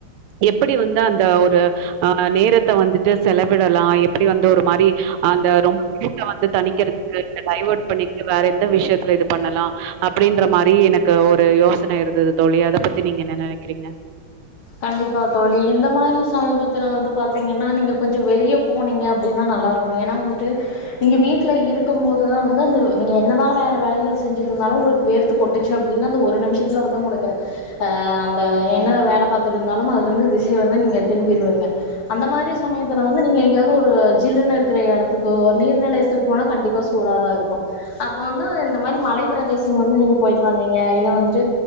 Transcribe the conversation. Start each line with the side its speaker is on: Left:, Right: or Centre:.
Right: எப்படி வந்தா அந்த ஒரு அ நேரத்த வந்துட்டு செலவிடலா எப்டி வந்து ஒரு மாரி அந்த ரொம் <inaudible> சூட்ட தணிக்கிறதுக்கு டைவர்ட் பண்ணிட்டு வேற எந்த விஷயத்துல இது பண்ணலா அப் அப்படின்ற மாரி எனக்கு ஒரு யோசன இருந்தது தோழி அத பத்தி நீங்க என்ன நெனைக்கிறீங்க
Left: கண்டிப்பா தோழி இந்த மாரி சமீபத்துல வந்து பாத்தீங்கன்னா நீங்க கொஞ்சொ வெளியே போனீங்க அப்படின்னா நல்லாருக்கு ஏன்னா வந்துட்டு நீங்க வீட்ல இருக்கும் போதுதா வந்து அந்த நீங்க என்னதா வேற வேலைகள் செஞ்சுட்டுருந்தாலு உங்களுக்கு வேர்த்து கொட்டுச்சு அப்படின்னா அந்த ஒரு நிமிஷத்துல வந்து உங்களுக்கு அ அந்த என்ன வேல பாக் திருந்தாலும் அதுல இருந்து திசை வந்து நீங்க திரும்பிடுவீங்க அந்த மாரி சமயத்துல வந்து நீங்க எங்காயவ்து ஒரு ஜில்லுனு இருக்குற எடத்துக்கோ நீர்நெலையத்துக்கு போனா கண்டிப்பா சூடதா இருக்கு அப்போ வந்து இந்த மாரி மலை பிரதேசம் வந்து நீங்க போய்ட்டு வந்தீங்க இல்ல வந்துட்டு